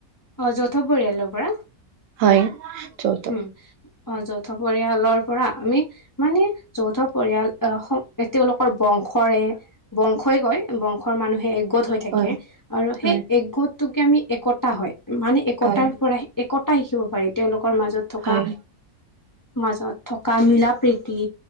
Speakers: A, on the left; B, on the right.
A: অ' যৌথ পৰিয়ালৰ পৰা।
B: হয় যৌথ
A: উম, অ' যৌথ পৰিয়ালৰ পৰা আমি মানে যৌথ পৰিয়াল অহ'খ তেওঁলোকৰ বংশ কৰে বংশই কয়, বংশৰ মানুহে একগোট হৈ থাকে
B: হয়
A: আৰু সেই
B: হয়
A: একগোট তোক আমি একতা হয়, মানে একতাৰ
B: হয়
A: পৰাহে, একতা শিকিব পাৰি তেওঁলোক তেওঁ লোকৰ মাজত থকা
B: হয়
A: মাজত থকা মিল প্ৰীতি